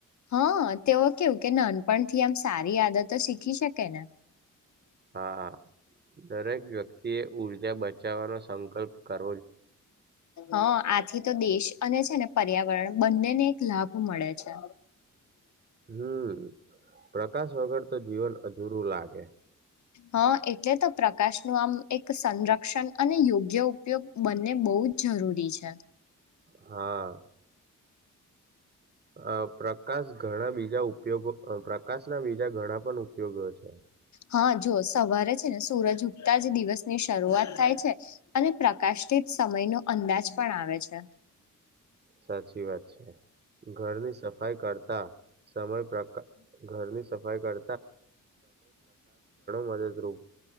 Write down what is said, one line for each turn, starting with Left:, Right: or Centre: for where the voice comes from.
Left: હ તેઓ કેવું કે નાનપણથી આમ સારી આદતો શીખી શકે ને
Right: હા હા દરેક વ્યક્તિએ ઉર્જા બચાવવાનો સંકલ્પ કર
Left: હ આથી તો દેશ અને છે, ને પર્યાવરણ બંનેને એક લાભ મળે છે.
Right: હમ પ્રકાશ વગર તો જીવન અધૂરું લાગે
Left: હ એટલે તો પ્રકાશ નું આમ એક સંરક્ષણ અને યોગ્ય ઉપયોગ બંને બોવ ખુબ જરૂરી છે.
Right: હા. આ પ્રકાશ ઘણા બીજા ઉપયોગો પ્રકાશના બીજા ઘણા પણ ઉપયોગો છે.
Left: હા જો સવારે છે, જ સૂરજ ઉગતા જ દિવસ ની શરૂઆત થાય છે, અને પ્રકાશથી સમય નો અંદાજ પણ આવે છે.
Right: સાચી વાત છે, ઘરની સફાઈ કરતા સમય પ્રકા ઘરની સફાઈ કર મદદરૂપ